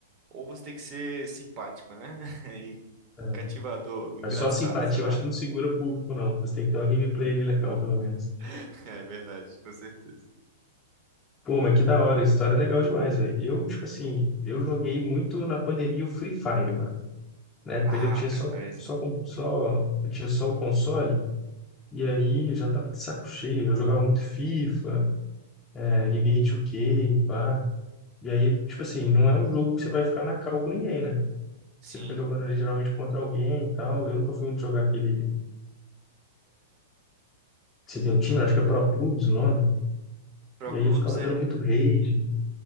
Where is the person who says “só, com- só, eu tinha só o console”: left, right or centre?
Left